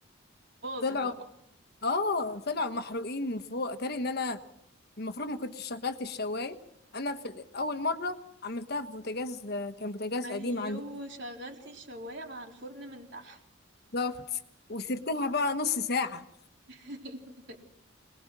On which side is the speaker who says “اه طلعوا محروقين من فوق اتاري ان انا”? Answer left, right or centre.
Left